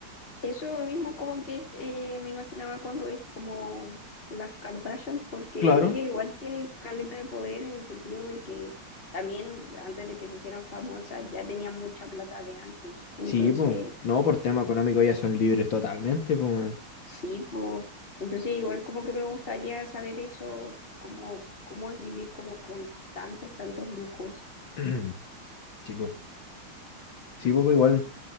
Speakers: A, on the left; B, on the left.
A: Eso mismo como que eh, me imaginaba cuando dije como las Kardashian, porque
B: Claro.
A: ellas igual tienen caleta de poder en el sentido de que también antes de que se hicieran famosas ya tenían mucha plata de antes. Entonces,
B: Sí, pues. No, por tema económico ya son libres totalmente, pues.
A: sí, po. entonces igual como que me gustaría saber eso, como cómo es vivir como con tantos, tantos lujos.
B: <clears throat> Sí, pues. Sí, po, igual.